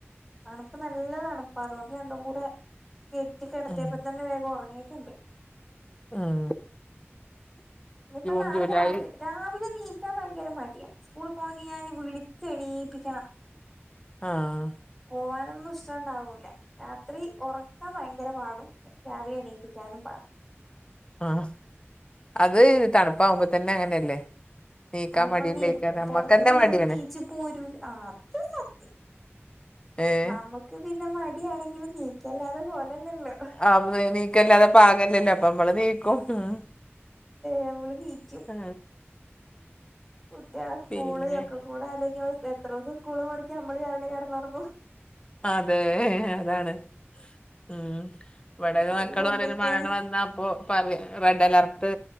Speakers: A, in the centre; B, on the left.
A: തണുപ്പ് നല്ല തണുപ്പ അതുകൊണ്ട് രണ്ടും കൂടെ കെറ്റി കെടത്തിയപ്പത്തന്നെ
B: ഉം
A: വേഗം ഒറങ്ങിയിട്ടുണ്ട്.
B: ഉം
A: ഇനിയിപ്പ
B: ജൂൺ
A: നാളെ
B: ജൂലൈ
A: രാവിലെ രാവിലെ നീ ക്കാൻ ഭയങ്കര മട്യാ സ്കൂള് പോണങ്കി ഞാൻ വിളിച്ച് എണീപ്പിക്കണം.
B: ആഹ്
A: പോവാനൊന്നും ഇഷ്ട ണ്ടാവൂല്ല രാത്രി ഒറക്കാൻ ഭയങ്കര പാടും. രാവിലെ എണീപ്പിക്കാനും പാട.
B: ആഹ് അത് തണുപ്പാകുമ്പോ തന്നെ അങ്ങനെയല്ലേ. നീക്കാൻ
A: തണുപ്പാണേ
B: മടിയില്ലേക്കാരം
A: പോ
B: നമ്മക്കന്നെ
A: പൊത്പ്പിന്റെ ഉള്ള്ന്ന്
B: മടിയാണ്
A: നീച്ച് പോരൂല്ല ആഹ് അത് സത്യം.
B: ഏഹ്
A: നമുക്ക് പിന്നെ മടിയാണെങ്കിൽ നീക്കല്ലാതെ പോരല്ലല്ലോ
B: ആ എനീക്കല്ലാതെ പാകല്ലല്ലോ അപ്പൊ നമ്മളെനീക്കും ഉം
A: ഞങ്ങൾ ണീയ്ക്കും
B: ആ,
A: കുട്ടിയാളെ സ്കൂള്
B: പിന്നെ
A: ന്നൊക്കെകൂടെ ആലോയ്ക്കുമ്പോ സ് എത്രോസം സ്കൂള് മൊടക്കി നമ്മള് രാവിലെ കടന്നുറങ്ങും
B: അതെ അതാണ് ഉം ഇവടെക്കെ
A: പിന്നെ ഓര്
B: മക്കള്
A: പോകുമ്പത്തേന്
B: പറയ്ണത് മഴയൊന്നു വന്നാ അപ്പൊ റെഡ് അലർട്ട്